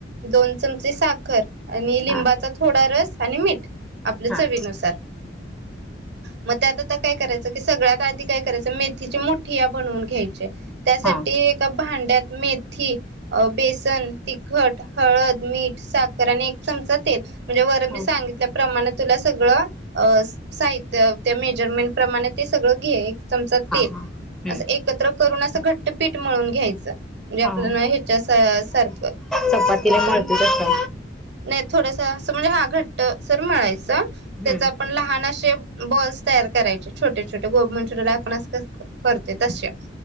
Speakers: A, on the right; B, in the centre.
A: दोन चमचे साखर आणि लिंबाचा
B: हा
A: थोडा रस आणि मीठ आपल चवीनुसार
B: हा हा
A: मग त्यात आता काय करायचं की सगळ्यांत आधी काय करायचं मेथीची मुठीया बनवून घ्यायचे त्यासाठी
B: हा हा
A: एका भांड त्यात मेथी, बेसन, तिखट, हळद, मीठ साखर आणि एक चमचा तेल म्हणजे वर मी
B: हा
A: सांगितल्या प्रमाण तुला सगळं साहित्य त्या मेजरमेंट प्रमाणे ते सगळं घे चमचा तेल
B: हा हम्म
A: असं एकत्र करून असं घट्टपीठ मिळून घ्यायचं म्हणजे आपल्या
B: हा
A: ना ह्याच्या सार सारखं
B: चपातीला मळतो तसं
A: नाही थोडसा असं म्हणजे हा घट्ट सर मळायचा
B: हम्म
A: त्यांचा पण लहान असे बॉल्स तयार करायचे छोटे छोटे गोबुमंचुरला आपण असं करतय तसे